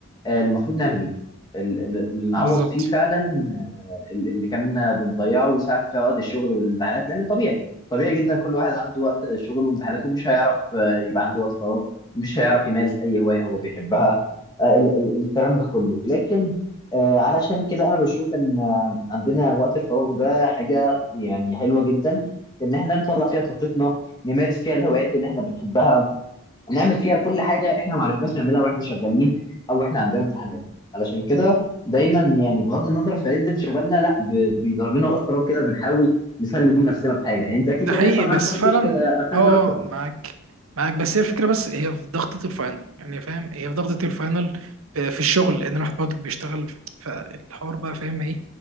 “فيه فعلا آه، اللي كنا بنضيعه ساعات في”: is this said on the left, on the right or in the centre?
Left